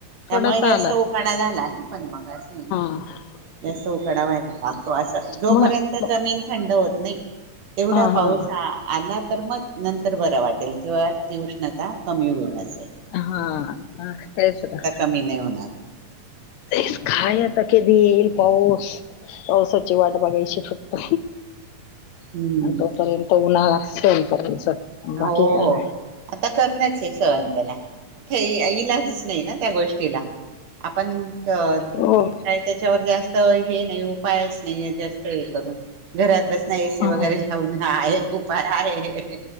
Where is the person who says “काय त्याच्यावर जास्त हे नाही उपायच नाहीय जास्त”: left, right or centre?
Right